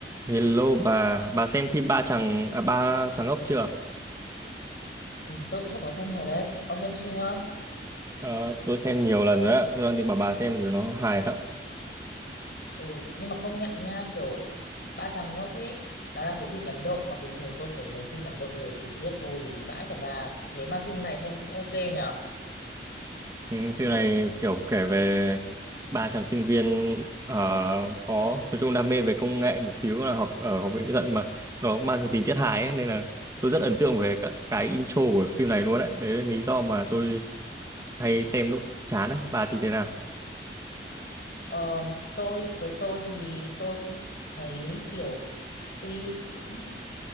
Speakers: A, on the right; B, on the left.
A: Hello bà, bà xem phim Ba Chàng à, Ba Chàng Ốc chưa?
B: Ừ, tôi cũng có xem rồi đấy ông xem chưa
A: Ờ, tôi xem nhiều lần rồi ạ. Tôi đang tìm bảo bà xem vì nó hài lắm.
B: ừ nhưng mà công nhận nha kiểu ba chàng ngốc ấy đó là kiểu phim Ấn Độ mà bình thường tôi thấy mấy phim Ấn Độ nhiều tình tiết vô lý vãi cả ra thế mà phim này xem cũng ok nhở
A: Ừ, phim này kiểu kể về ba chàng sinh viên ờ, có nói chung đam mê về công nghệ một xíu là học ở học viện kỹ thuật mà nó mang cái tính tiết hài ấy, nên là tôi rất ấn tượng về các cái intro của phim này luôn đấy. Đấy là lý do mà tôi hay xem lúc chán ấy. Bà thì thế nào?
B: ờ, tôi với tôi thì tôi cũng thấy kiểu tuy cũng